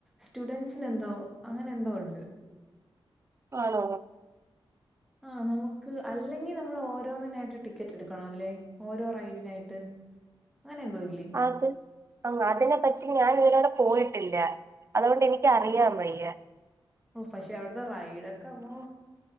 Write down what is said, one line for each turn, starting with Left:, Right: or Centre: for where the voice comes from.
Centre: സ്റ്റുഡന്റ്സന് എന്തോ അങ്ങനെ എന്തോ ഉണ്ട്
Right: ആണോ
Centre: ആ നമുക്ക് അല്ലെങ്കിൽ നമ്മൾ ഓരോന്നിനായിട്ട് ടിക്കറ്റ് എടുക്കണല്ലേ ഓരോ റൈഡിനായിട്ട് അങ്ങനെന്തോ ഇല്ലേ
Right: അത് അങ്ങു അതിനെ പറ്റി ഞാൻ ഇവരോടെ പോയിട്ടില്ല അതോണ്ട് എനിക്കറിയാം വയ്യ
Centre: പക്ഷെ അവിടത്തെ റൈഡൊക്കെ അമ്മോ